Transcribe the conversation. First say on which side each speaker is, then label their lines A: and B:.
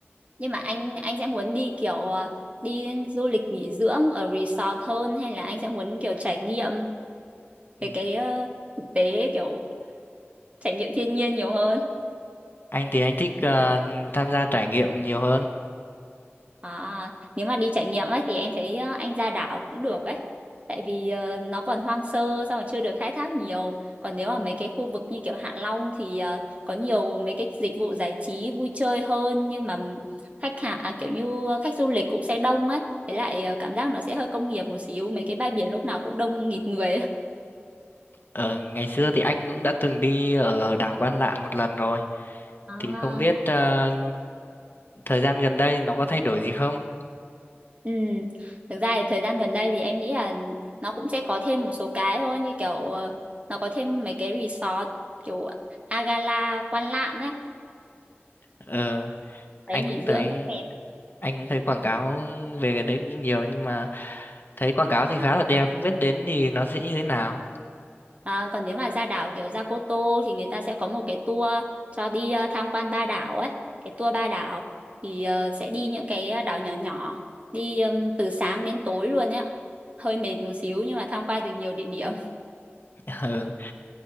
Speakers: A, on the right; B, on the left.
A: Nhưng mà anh anh sẽ muốn đi kiểu ờ, đi du lịch nghỉ dưỡng ở resort hơn hay là anh sẽ muốn kiểu trải nghiệm
B: Ừ,
A: về cái ờ, thực tế kiểu trải nghiệm thiên nhiên nhiều hơn?
B: Anh thì anh thích à, tham gia trải nghiệm nhiều hơn.
A: À, nếu mà đi trải nghiệm ấy thì em thấy ờ, anh ra đảo cũng được ấy. Tại vì ờ, nó còn hoang sơ xong rồi chưa được khai thác nhiều. Còn nếu mà mấy cái khu vực như kiểu Hạ Long thì ờ, có nhiều mấy cái dịch vụ giải trí vui chơi hơn nhưng mà khách hàng à, kiểu như ờ, khách du lịch cũng sẽ đông ấy. Với lại ờ, cảm giác nó sẽ hơi công nghiệp một xíu, mấy cái bãi biển lúc nào cũng đông nghịt người ấy.
B: Ở ngày xưa thì anh cũng đã từng đi ở đảo Quan Lạn một lần rồi.
A: À.
B: Thì không biết à, thời gian gần đây nó có thay đổi gì không?
A: Ừ, thực ra thì thời gian gần đây thì em nghĩ là nó cũng sẽ có thêm một số cái thôi như kiểu ờ, nó có thêm mấy cái resort kiểu Agala Quan Lạn đấy
B: Ờ, anh
A: đấy nghỉ
B: cũng
A: dưỡng
B: thấy
A: cũng đẹp
B: anh cũng thấy quảng cáo về cái đấy cũng nhiều nhưng mà thấy quảng cáo thì khá là đẹp, không biết đến thì nó sẽ như thế nào.
A: à, còn nếu mà ra đảo kiểu ra Cô Tô thì người ta sẽ có một cái tour cho đi ờ, tham quan ba đảo ấy cái tour ba đảo thì ờ, sẽ đi những cái ờ, đảo nhỏ nhỏ đi ừm, từ sáng đến tối luôn ấy ạ hơi mệt một xíu nhưng mà tham quan được nhiều địa điểm
B: <laughs>